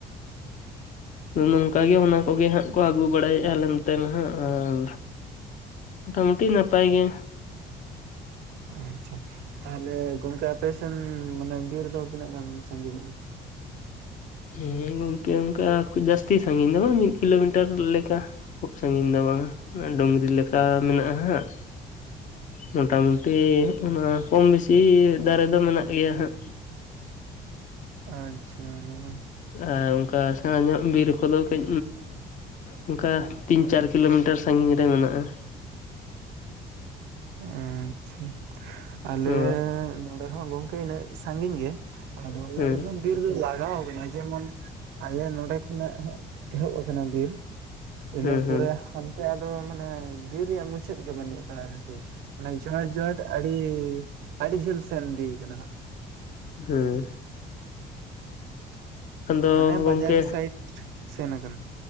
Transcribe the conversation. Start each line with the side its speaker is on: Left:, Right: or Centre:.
Left: ᱟᱫᱚ ᱱᱚᱝᱠᱟ ᱜᱮ ᱚᱱᱟ ᱠᱚᱜᱮ ᱦᱟᱸᱜ ᱠᱚ ᱟᱹᱜᱩ ᱵᱟᱲᱟᱭᱮᱫᱼᱟ ᱟᱞᱮ ᱱᱚᱛᱮ ᱱᱟᱦᱟᱸᱜ ᱟᱨ ᱢᱚᱴᱟᱢᱩᱴᱤ ᱱᱟᱯᱟᱭ ᱜᱮ᱾
Right: ᱟᱪᱪᱷᱟ ᱛᱟᱦᱚᱞᱮ ᱜᱚᱝᱠᱮ ᱟᱯᱮᱥᱮᱱ ᱢᱟᱱᱮ ᱵᱤᱨ ᱨᱮᱫᱚ ᱛᱤᱱᱟᱹᱜ ᱜᱟᱱ ᱥᱟᱺᱜᱤᱧᱚᱜᱼᱟ?
Left: ᱦᱮᱸ ᱜᱚᱢᱠᱮ ᱚᱱᱠᱟᱩ ᱡᱟᱹᱥᱛᱤ ᱥᱟᱺᱜᱤᱧ ᱫᱚ ᱵᱟᱝ, ᱢᱤᱫ ᱠᱤᱞᱳᱢᱤᱴᱟᱨ ᱞᱮᱠᱟ᱾ ᱠᱷᱩᱵ ᱥᱟᱺᱜᱤᱧ ᱫᱚ ᱵᱟᱝᱟ ᱰᱩᱝᱨᱤ ᱞᱮᱠᱟ ᱢᱮᱱᱟᱜᱼᱟ ᱦᱟᱸᱜ᱾ ᱢᱚᱴᱟᱢᱩᱴᱤ ᱚᱱᱟ ᱠᱚᱢ ᱵᱮᱥᱤ ᱫᱟᱨᱮ ᱫᱚ ᱢᱮᱱᱟᱜ ᱜᱮᱭᱟ ᱦᱟᱸᱜ᱾
Right: ᱟᱪᱪᱷᱟ ᱚᱱᱟ ᱦᱚᱸ
Left: ᱟᱨ ᱚᱱᱠᱟ ᱥᱮᱬᱟᱸ ᱧᱚᱜ ᱵᱤᱨ ᱠᱚᱫᱚ ᱠᱟᱹᱡ ᱚᱱᱠᱟ ᱛᱤᱱ ᱪᱟᱨ ᱠᱤᱞᱳᱢᱤᱴᱟᱨ ᱥᱟᱺᱜᱤᱧ ᱨᱮ ᱢᱮᱱᱟᱜ-ᱟ᱾
Right: ᱟᱪᱪᱷᱟ ᱟᱞᱮ
Left: ᱦᱮᱸ
Right: ᱱᱚᱰᱮ ᱦᱚᱸ ᱜᱚᱝᱠᱮ ᱤᱱᱟᱹᱜ ᱥᱟᱺᱜᱤᱧ ᱜᱮ᱾ ᱟᱫᱚ
Left: ᱦᱮᱸ
Right: <unintelligible> ᱵᱤᱨ ᱫᱚ ᱞᱟᱜᱟᱣ ᱟᱠᱟᱱᱟ ᱡᱮᱢᱚᱱ ᱟᱞᱮ ᱱᱚᱰᱮ ᱠᱷᱚᱱᱟᱜ ᱮᱦᱚᱵ ᱟᱠᱟᱱᱟ ᱵᱤᱨ᱾ ᱤᱱᱟᱹ
Left: ᱦᱩᱸ
Right: ᱯᱚᱨᱮ
Left: ᱦᱩᱸ
Right: ᱦᱟᱱᱛᱮ ᱟᱫᱚ ᱢᱟᱱᱮ ᱵᱤᱨ ᱨᱮᱭᱟᱜ ᱢᱩᱪᱟᱹᱫ ᱜᱮ ᱵᱟᱹᱱᱩᱜ ᱟᱠᱟᱫᱟ᱾ <inaudible> ᱡᱚᱸᱦᱟᱴ ᱡᱚᱸᱦᱟᱴ ᱟᱹᱰᱤ ᱟᱹᱰᱤ ᱡᱷᱟᱹᱞ ᱥᱮᱱ ᱤᱫᱤᱭ ᱠᱟᱱᱟ ᱦᱟᱸᱜ ᱾
Left: ᱦᱩᱸ ᱦᱩᱸ ᱟᱫᱚ
Right: ᱢᱟᱱᱮ
Left: ᱜᱚᱝᱠᱮ
Right: ᱵᱟᱡᱟᱨ ᱥᱟᱭᱤᱴ ᱥᱮᱱ ᱟᱠᱟᱱ ᱾